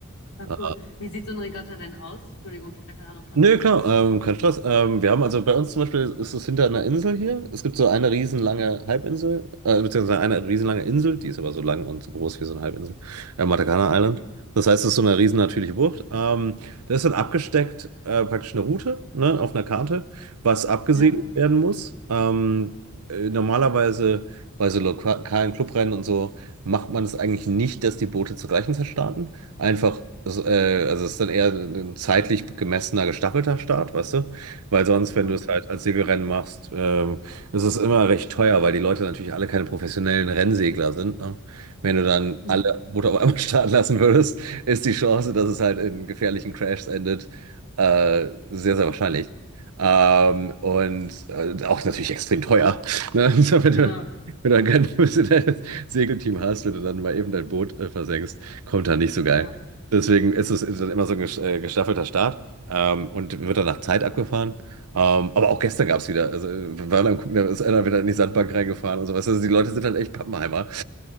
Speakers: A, on the left; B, on the right.
A: Ja,
B: Äh,
A: cool. Wie sieht so ein Regattarennen aus? Entschuldigung, ich habe da keine Ahnung von.
B: Nö, klar, ähm, kein Stress. Ähm, wir haben also bei uns zum Beispiel ist es hinter einer Insel hier. Es gibt so eine riesenlange Halbinsel, äh, beziehungsweise eine riesenlange Insel, die ist aber so lang und so groß wie so eine Halbinsel, äh, Matakana Island.
A: Ja,
B: Das heißt, es ist so eine riesen natürliche Bucht. Ähm, da ist dann abgesteckt äh, praktisch eine Route, ne, auf einer Karte, was abgesegelt
A: ja,
B: werden muss. Ähm, äh, normalerweise bei so lokalen Clubrennen und so macht man es eigentlich nicht, dass die Boote zur gleichen Zeit starten einfach, also, äh, also es ist dann eher ein zeitlich gemessener, gestaffelter Start, weißt du? Weil sonst, wenn
A: okay.
B: du es halt als Segelrennen machst, ähm, ist es immer recht teuer, weil die Leute natürlich alle keine professionellen Rennsegler sind, ne? Wenn du dann
A: Mhm.
B: alle Boote auf einmal <laughs> starten lassen würdest, ist die Chance, dass es halt in gefährlichen Crashs endet, äh, sehr, sehr wahrscheinlich.
A: Okay.
B: Ähm, und äh, auch natürlich extrem teuer, ne? <laughs> So, Wenn
A: Ja,
B: du, wenn du kein professionelles Segelteam hast, wenn du dann mal eben dein Boot äh, versenkst kommt da nicht so geil.
A: ja.
B: Deswegen ist es ist dann immer so ein gesch- äh, gestaffelter Start ähm, und wird dann nach Zeit abgefahren. Ähm, aber auch gestern gab es wieder, also äh, wir waren am Gucken, da ist einer wieder in die Sandbank reingefahren und sowas. Also die Leute sind halt echt Pappenheimer. <laughs>